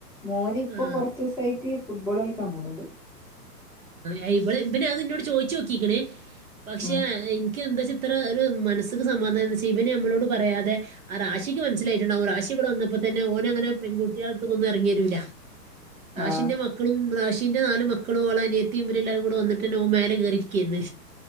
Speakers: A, in the centre; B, on the right.
A: മോന് ഇപ്പം
B: ആ
A: കൊറച്ച് ദിവസായി പ്രത്യ ഫുട്ബോൾ കളിക്കാൻ പോണ്ണ്ണ്ട്
B: ആഹ ഇപൽ ഇപന് അത് നിന്നോട് ചോയിച്ച് നോക്കിക്ക്ണ് പക്ഷെ
A: ആഹ്
B: ഇക്കി എന്താ വെച്ചാ ഇത്ര ഒരു മനസ്സ് സമാധാനം ഇച്ച് ഇവന് നമ്മളോട് പറയാതെ ആ റ ാശിക്ക് മനസിലായി ട്ടുണ്ടാവും റാശി ഇവിടെ വന്നപ്പോ തന്നെ ഓന അങ്ങനെ പെൺകുട്ടിയാളടത്ത് ക്കെന്നും ഇറങ്ങിരൂല്ല.
A: ആഹ്
B: ഷിന്റെ മക്കളും റാശിന്റെ നാല് മക്ക മക്കളും ഓളനിയത്തിയും ഇവര് എല്ലാവും കൂടെ വന്നട്ട്ന്നെ ഓ മേല കേറിരിക്കാരുന്നു.